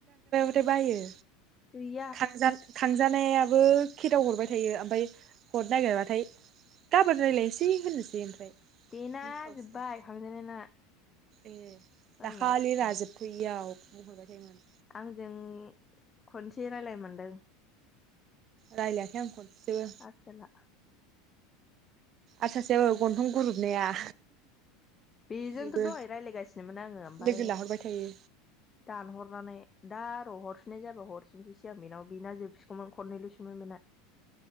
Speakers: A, on the right; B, on the left.
A: दे बायो
B: गैया
A: थांजानायाबो खेदाव हरबाय थायो ओमफ्राय हरनो नागिरबाथाय गाबोन रायजलायनोसै होननोसै ओमफ्राय
B: बेना
A: मिनिथावसोना
B: जोब्बाय खांजेननायना
A: ए
B: मालाय
A: दाखालि राजोब बैयाव बुंहरबाय थायोमोन
B: आंजों खनसे रायज्लाय मोनदों
A: रायज्लायाखै आं खनसेबो
B: आसोला
A: आरो सासेयो गन्थं गुरुबनाया
B: बेजोंथ'
A: बेबो
B: दहाय रायज्लायगासिनोमोन आंङो ओमफफ्राय
A: लोगो लाहरबाय थायो
B: दानहरनानै दा आरो' हरफिननाय जाबा हरफिनसैसो आं बेनाव बेना जोबसिगौमोन खननैल'सोममोन बेना